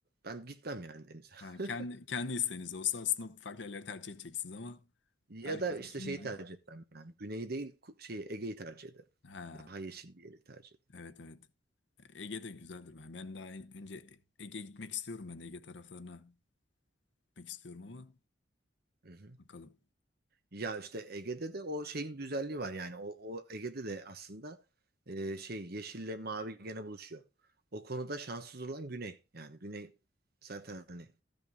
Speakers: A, on the right; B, on the left.
A: ben gitmem yani denize.
B: Ha,
A: <laughs>
B: kendi, kendi isteğiniz olsa aslında farklı yerleri tercih edeceksiniz ama
A: Ya
B: herkes
A: da işte
B: düşününce.
A: şeyi tercih etmem yani. Güneyi değil ku- şeyi Ege'yi tercih ederim.
B: Ha,
A: Daha yeşil bir yeri tercih
B: evet evet. Ege de güzeldir ben. Ben daha en- önce Ege'ye gitmek istiyorum ben de Ege taraflarına gitmek istiyorum ama
A: ederim.
B: bakalım.
A: Ya işte Ege'de de o şeyin güzelliği var yani o, o Ege'de de aslında e, şey yeşille mavi gene buluşuyor. O konuda şanssız olan Güney yani Güney zaten hani